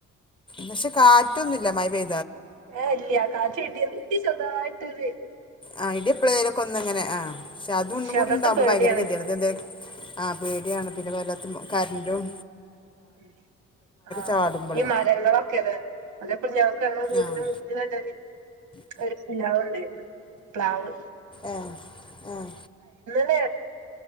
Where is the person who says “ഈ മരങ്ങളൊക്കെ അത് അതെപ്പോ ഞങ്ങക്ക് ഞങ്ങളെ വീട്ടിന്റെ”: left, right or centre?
Right